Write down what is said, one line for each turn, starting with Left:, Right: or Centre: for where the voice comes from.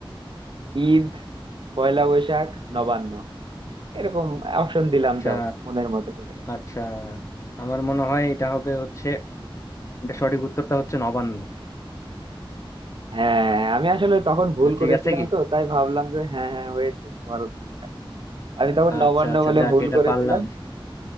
Right: ঈদ পয়লা বৈশাখ
Left: হ্যাঁ,
Right: নবান্ন এরকম অপশন দিলাম
Left: আচ্ছা
Right: যাও মনের মতো করে
Left: আচ্ছা আমার মনে হয় এটা হবে হচ্ছে এটা সঠিক উত্তরটা হচ্ছে নবান্ন
Right: হ্যাঁ আমি আসলে তখন ভুল
Left: না, ঠিক
Right: করেছিলাম
Left: আছে কি
Right: তো তাই ভাবলাম যে হ্যাঁ হ্যাঁ হয়েছে তোমার উত্তরটা আমি তখন নবান্ন
Left: আচ্ছা আচ্ছা
Right: বলে
Left: যাক
Right: ভুল
Left: এটা
Right: করেছিলাম
Left: পারলাম